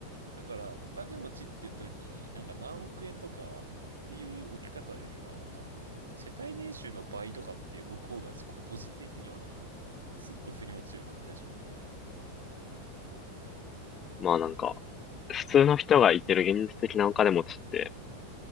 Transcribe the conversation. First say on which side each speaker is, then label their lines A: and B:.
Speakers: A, on the right; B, on the left.
A: だからお金持ちっていう時になんか何億円とかっていう置き方よりは、なんか世帯年収の倍とかって置く方がこ個人的にはなんかスッと腑に落ちる感じがしますね。
B: まあなんか、普通の人がいける現実的なお金持ちって、